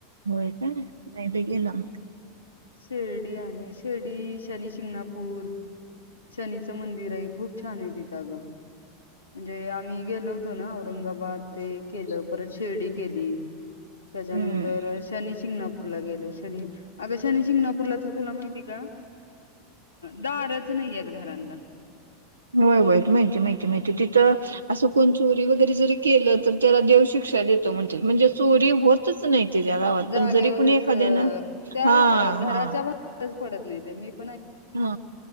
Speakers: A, on the right (about 75°); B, on the left (about 85°).
A: व्हय काय नाही तर गेलं <unintelligible>
B: शिर्डी आहे शिर्डी शनी शिंगणापूर शनीच मंदिर आहे, खूप छान आहे तिथं अगं म्हणजे, आम्ही गेलो होतो ना औरंगाबाद ते केलं परत, शिर्डी केली त्याच्यानंतर
A: हम्म.
B: शनीशिंगणापूरला गेलो. शनी आग शिंगणापूरला तर तुला माहिती का द <unintelligible> नाहीयेत घरांना
A: होय वाई माहिती -माहिती- माहिती तिथं असं कोण चोरी वगैरे जर केलं तर त्याला देव शिक्षा देतो म्हणतात म्हणजे चोरी होतच नाही ते त्या गावात
B: जागेवरच
A: पण जरी कुणी एखाद्याना
B: अ त्या
A: हा
B: -घराच्या
A: हा
B: <unintelligible> पडत नाही म <unintelligible>
A: हा